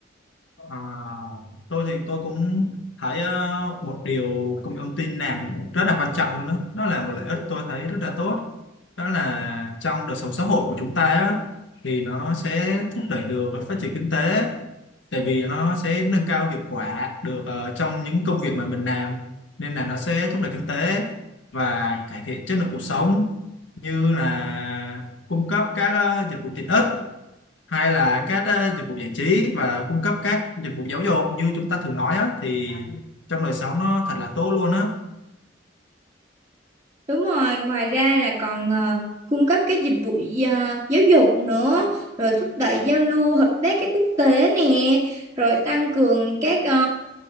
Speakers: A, on the left; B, on the right.
A: À, tôi thì tôi cũng thấy ờ, một điều công nghệ thông tin làm rất là quan trọng luôn đó. Đó là một lợi ích tôi thấy rất là tốt. Đó là trong đời sống xã hội của chúng ta á, thì nó sẽ thúc đẩy được phát triển kinh tế tại vì nó sẽ nâng cao hiệu quả được ờ, trong những công việc mà mình làm nên là nó sẽ thúc đẩy kinh tế và cải thiện chất lượng cuộc sống như là cung cấp các ờ, dịch vụ tiện ích hay là các ờ, dịch vụ giải trí và cung cấp các dịch vụ giáo dục như chúng ta thường nói á, thì trong đời sống nó thật là tốt luôn á
B: Đúng rồi, ngoài ra là còn ờ, cung cấp các dịch vụ ờ, giáo dục nữa, rồi thúc đẩy giao lưu hợp tác các quốc tế nè, rồi tăng cường các ờ,